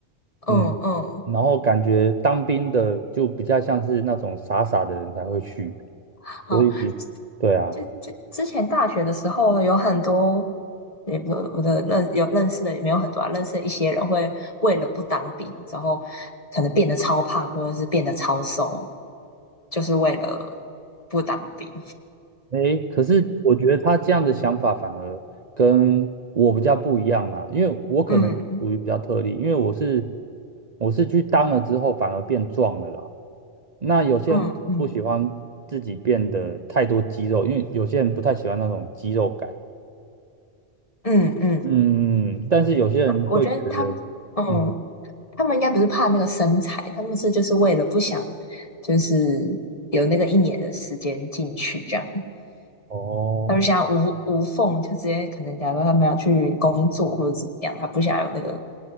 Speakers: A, on the left (about 30°); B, on the right (about 40°).
A: 嗯嗯。
B: 嗯。然后感觉当兵的就比较像是那种傻傻的人才会去，
A: 好，
B: 所以对啊，
A: 就就之前大学的时候，有很多，也不我的认有认识的也没有很多啊，认识的一些人会为了不当兵，然后可能变得超胖，或者是变得超瘦，就是为了不当兵。
B: 诶，可是我觉得他这样的想法反而跟我比较不一样啦，因为我可能属于比较特例，
A: 嗯
B: 因为我是我是去当了之后反而变壮了啦。那有些人可能不喜欢自己变得太多肌肉，
A: 嗯嗯
B: 因为有些人不太喜欢那种肌肉感。
A: 嗯嗯，
B: 嗯，但是有些人会觉得，
A: 我觉得他们，嗯，
B: 嗯，
A: 他们应该不是怕那个身材，他们是就是为了不想，就是有那个一年的时间进去这样。
B: 哦，
A: 他就想要无无缝，就直接可能假如他们要去工作或者怎么样，他不想有那个